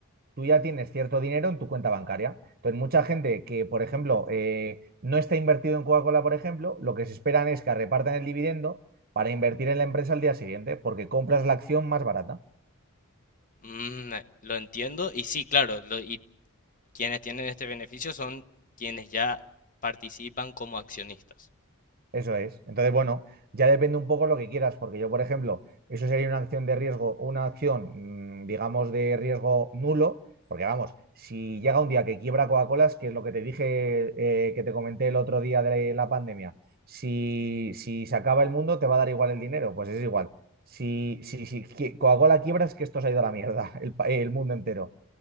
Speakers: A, on the right; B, on the left.
A: tú ya tienes cierto dinero en tu cuenta bancaria. Entonces, mucha gente que, por ejemplo, eh, no está invertido en Coca-Cola, por ejemplo, lo que se esperan es que repartan el dividendo para invertir en la empresa al día siguiente, porque compras la acción más barata.
B: Mm, lo entiendo. Y sí, claro. lo- y quienes tienen este beneficio son quienes ya participan como accionistas.
A: Eso es. Entonces, bueno, ya depende un poco lo que quieras, porque yo, por ejemplo, eso sería una acción de riesgo, una acción, mm, digamos, de riesgo nulo, porque vamos, si llega un día que quiebra Coca-Cola, es que es lo que te dije, eh, que te comenté el otro día de la pandemia, si, si se acaba el mundo, te va a dar igual el dinero, pues es igual. Si, si, si qui- Coca-Cola quiebra, es que esto se ha ido a la mierda, <laughs> el, pa- el mundo entero.